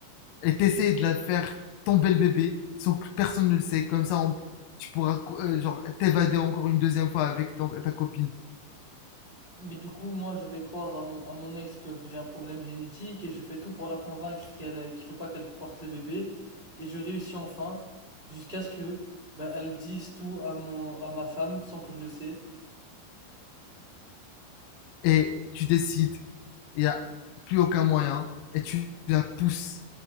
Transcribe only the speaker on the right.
Mais du coup, moi, je fais croire à mon, à mon ex que j'ai un problème génétique et je fais tout pour la convaincre qu'elle, euh, qu'il faut pas qu'elle porte le bébé. Et je réussis enfin, jusqu'à ce que bah, elle dise tout à mon, à ma femme sans que je le sais.